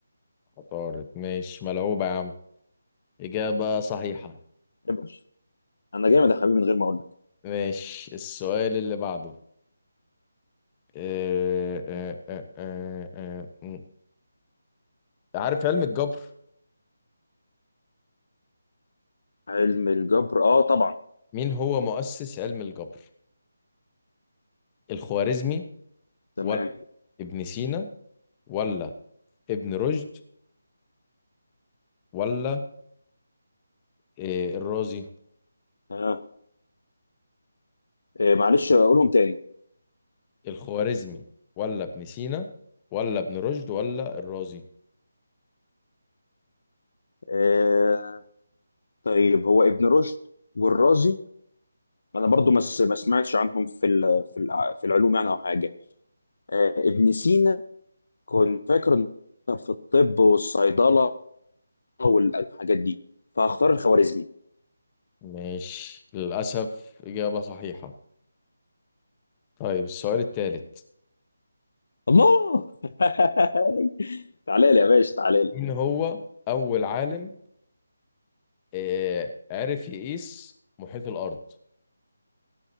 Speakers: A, on the left (about 20°); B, on the left (about 60°).
A: عطارد ماشي ملعوبه يا عم اجابه صحيحه
B: ابقى. انا جامد يا حبيبي من غير ما اقول لك
A: ماشي السؤال اللي بعده آه، آه، آه، آه، آه، م. عارف علم الجبر
B: علم الجبر اه طبعا
A: مين هو مؤسس علم الجبر الخوارزمي
B: تمام
A: ولا ابن سينا ولا ابن رشد ولا آه، الرازي
B: آه. آه معلش اقولهم تاني
A: الخوارزمي ولا ابن سينا ولا ابن رشد ولا الرازي
B: آه. طيب هو ابن رشد والرازي انا برضو ما س- ما سمعتش عنهم في ال- في الع- في العلوم يعني او حاجه آه، ابن سينا كنت فاكره إنه كان في الطب والصيدله والحاجات دي فهختار الخوارزمي
A: ماشي للأسف إجابة صحيحة طيب السؤال الثالث
B: الله <laughs> تعالى لي يا باشا تعالى لي
A: مين هو أول عالم آه، عرف يقيس محيط الأرض